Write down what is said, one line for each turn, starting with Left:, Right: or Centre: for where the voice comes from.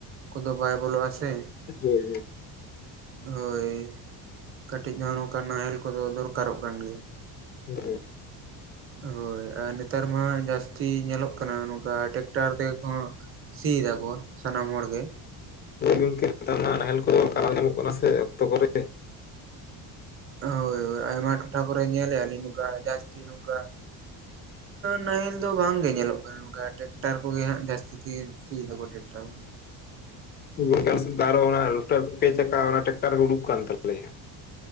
Right: ᱠᱚᱫᱚ ᱵᱟᱭ ᱵᱚᱞᱚᱜᱼᱟ ᱥᱮ
Left: ᱦᱳᱭ ᱦᱮᱸ
Right: ᱦᱳᱭ ᱠᱟᱹᱴᱤᱡ ᱦᱚᱸ ᱱᱚᱝᱠᱟ ᱱᱟᱦᱮᱞ ᱠᱚᱫᱚ ᱫᱚᱨᱠᱟᱨᱚᱜ ᱠᱟᱱ ᱜᱮᱭᱟ
Left: ᱦᱮᱸ <unintelligible>
Right: <inaudible> ᱦᱳᱭ ᱟᱨ ᱱᱮᱛᱟᱨ ᱢᱟ ᱡᱟᱹᱥᱛᱤ ᱧᱮᱞᱚᱜ ᱠᱟᱱᱟ ᱱᱚᱝᱠᱟ ᱴᱮᱠᱴᱟᱨ ᱛᱮ ᱜᱮ ᱠᱚ ᱥᱤᱭ ᱫᱟ ᱠᱚ ᱥᱟᱱᱟᱢ ᱦᱚᱲ ᱜᱮ
Left: ᱜᱚᱢᱠᱮ ᱱᱮᱛᱟᱨ ᱱᱟᱦᱮᱞ ᱠᱚ ᱠᱟᱨ ᱧᱟᱢᱚᱜ ᱠᱟᱱᱟ ᱥᱮ ᱚᱠᱛᱚ ᱠᱚᱨᱮ
Right: ᱦᱳᱭ ᱦᱳᱭ ᱟᱭᱢᱟ ᱴᱚᱴᱷᱟ ᱠᱚᱨᱮ ᱧᱮᱞ ᱮᱫᱟᱞᱤᱧ ᱱᱚᱝᱠᱟ ᱡᱟᱹᱥᱛᱤ ᱱᱚᱝᱠᱟ ᱱᱟᱦᱮᱞ ᱫᱚ ᱵᱟᱝ ᱜᱮ ᱧᱮᱞᱚᱜ ᱠᱟᱱᱟ ᱱᱚᱝᱠᱟ ᱴᱮᱠᱴᱟᱨ ᱠᱚᱜᱮ ᱦᱟᱸᱜ ᱡᱟᱹᱥᱛᱤ ᱥᱤ ᱫᱟᱠᱚ ᱴᱮᱠᱴᱟᱨ
Left: <unintelligible>